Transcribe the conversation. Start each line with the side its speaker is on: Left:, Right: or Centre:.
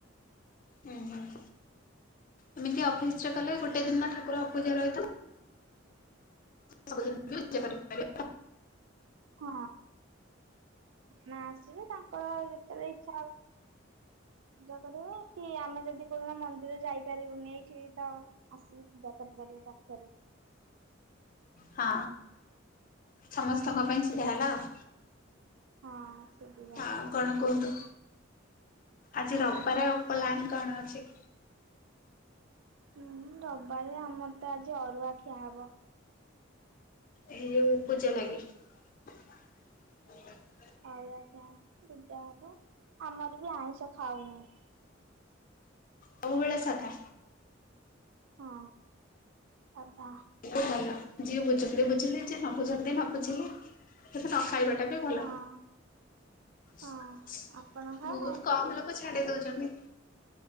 Left: ହୁଁ ହୁଁ। ଏମିତି ଅଫିସ ରେ କଲେ ଗୋଟେ ଦିନ ଠାକୁର ଅପୂଜା ରହିଛି। ସବୁଦିନ ବି ପୂଜା କରିପାରିବେ।
Right: ହଁ। ନା ଆସିବେ ତାଙ୍କର ଯେତେବେଳେ ଇଚ୍ଛା ହ ପୂଜା କରିବ କି ଆମେ ଯଦି କୋଣ ମନ୍ଦିର ଯାଇପାରିବୁ ଏଇଠିବି ତ ଆସିକି ପୂଜା କରିପାରିବେ ପାଖରେ
Left: ହଁ ସମସ୍ତଙ୍କ ପାଇଁ ସିଧା ହେଲା ଆଉ।
Right: ହଁ ସୁବିଧା।
Left: ଆଉ କଣ କୁହନ୍ତୁ ଆଜି
Right: ଆଉ
Left: ରବିବାର ପ୍ଲାନ କଣ ଅଛି?
Right: ହୁଁ ରବିବାରେ ଆମର ତ ଆଜି ଅରୁଆ ଖିଆ ହବ।
Left: ଏଇ ଯୋଉ ପୂଜା ଲାଗି <inaudible>
Right: ଆଉ ପୂଜା ହବ ଆମର ବି ଆଇଁଷ ଖାଉ ନାହିଁ।
Left: ସବୁବେଳେ ସାଧା?
Right: ହଁ ସାଧା।
Left: ବି ଭଲ ଯିଏ ବୁଝନ୍ତି ବୁଝିଲେ ଯିଏ ନ ବୁଝନ୍ତି ନ ବୁଝିଲେ କିନ୍ତୁ ନ ଖାଇବାଟା ବି ଭଲ
Right: ହଁ ହଁ
Left: ବହୁତ
Right: ଆପଣ ଖାଉନାହାନ୍ତି?
Left: କମ ଲୋକ ଯେ ଛାଡି ଦଉଛନ୍ତି।